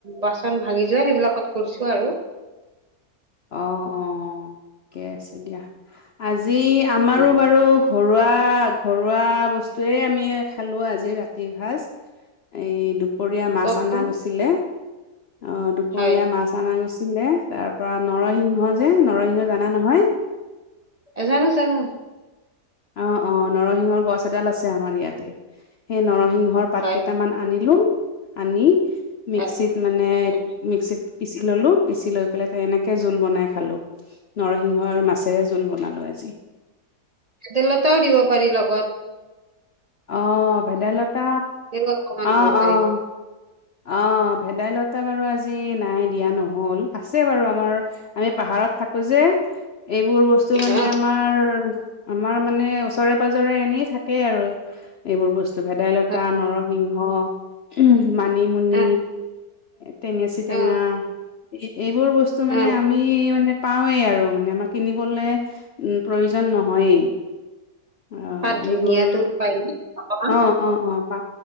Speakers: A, on the right; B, on the left.
A: বাচন ভাঙি যোৱা সেইবিলাকত কৰিছো আৰু
B: অ অ ঠিকে আছে দিয়া আজি আমাৰো
A: উম
B: বাৰু ঘৰুৱা ঘৰুৱা বস্তুৱেই আমি খালোঁ আজি ৰাতিৰ সাঁজ এই দুপৰীয়া মাছ
A: কওকচোন
B: অনা গৈছিলে অ দুপৰীয়া
A: হয়
B: মাছ অনা গৈছিলে তাৰ পৰা নৰসিংহ যে নৰসিংহ জানা নহয়?
A: এ জানো জানো।
B: অ অ নৰসিংহৰ গছ এডাল আছে আমাৰ ইয়াতে, সেই নৰসি সিংহৰ পাত
A: হয়
B: কেইটামান আনিলো, আনি
A: হয়
B: মিক্সিত মানে
A: হয়
B: মিক্সিত পিচি ললো, পিচি লৈ পেলাই এনেকে জোল বনাই খালো, নৰসিংহ আৰু মাছ। ৰে জোল বনালো আজি।
A: তেলতাও দিব পাৰি লগত।
B: আহ ভেদাইলতা
A: অকমান
B: আহ
A: দিব পাৰি
B: আহ। অ ভেদাইলতা বাৰু আজি নাই দিয়া নহল, আছে বাৰু আমাৰ আমি পাহাৰত থাকো যে। এইবোৰ বস্তু মানে
A: অ
B: আমাৰ, আমাৰ মানে ওচৰে -পাজৰে এনেই থাকে আৰু। এইবোৰ বস্তু ভেদাইলতা,
A: হয়
B: নৰসিংহ উহুম। মানিমুনি,
A: অ
B: টেঙেচি টেঙা
A: অ
B: সেই এইবোৰ বস্তু মানে
A: অ
B: আমি মানে পাওঁৱেই আৰু মানে আমাক কিনিবলে উম প্ৰয়োজন নহয়েই। অ
A: পাত ধুনীয়াটো
B: এইবোৰ
A: পাৰি অকমান
B: অ অ অ পা